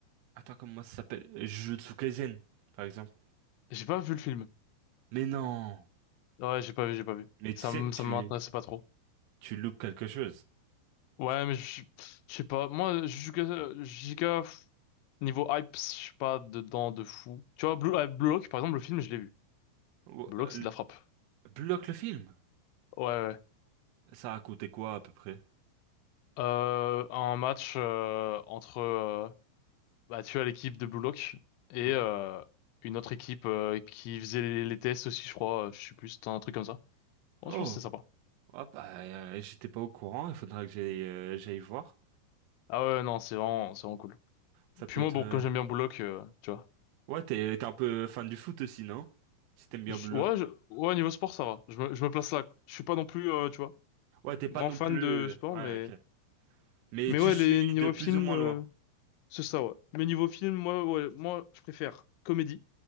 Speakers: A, on the right; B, on the left.
A: Attends, comment ça s'appelle? Euh, Jujutsu Kaisen, par exemple.
B: J'ai pas vu le film.
A: Mais non.
B: Ouais j'ai pas vu j'ai pas vu.
A: Mais tu
B: Ça
A: sais
B: m-
A: que tu
B: ça m'intéressait pas trop.
A: tu loupes quelque chose.
B: Ouais
A: Tu...
B: mais je je sais pas. Moi Jujutsu Jujutsu, pff, niveau hype je suis pas dedans de fou. Tu vois Blue, euh, Blue Lock par exemple le film je l'ai vu.
A: Ou-
B: Blue
A: euh,
B: Lock c'est
A: l-
B: de la frappe.
A: Bloque le film.
B: Ouais ouais.
A: Ça a coûté quoi à peu près?
B: Euh, un match euh, entre euh, bah, tu as l'équipe de Blue Lock et
A: Ouais.
B: euh, une autre équipe euh, qui faisait les, les tests aussi, je crois. euh, Je sais plus, c'était un truc comme ça. Bon,
A: Oh.
B: je pense que c'est sympa.
A: Ah bah, euh, j'étais pas au courant, il faudra que j'aille euh, j'aille voir.
B: Ah ouais, non, c'est vraiment, c'est vraiment cool.
A: Ça peut
B: Puis
A: être...
B: moi, bon,
A: euh,
B: comme j'aime bien Blue Lock, euh, tu vois.
A: Ouais, t'es t'es un peu fan du foot aussi, non? Si t'aimes bien
B: je-
A: bloc.
B: ouais, je- ouais, niveau sport, ça va. Je me, je me place là. Je suis pas non plus, euh, tu vois,
A: Ouais, t'es pas
B: grand
A: non
B: fan
A: plus...
B: de sport,
A: euh, Ouais,
B: mais,
A: ok. Mais
B: mais
A: tu
B: ouais,
A: suis
B: les niveaux
A: de plus
B: films,
A: ou moins
B: euh,
A: loin.
B: c'est ça, ouais. Mais niveau film, moi, ouais, moi, je préfère comédie.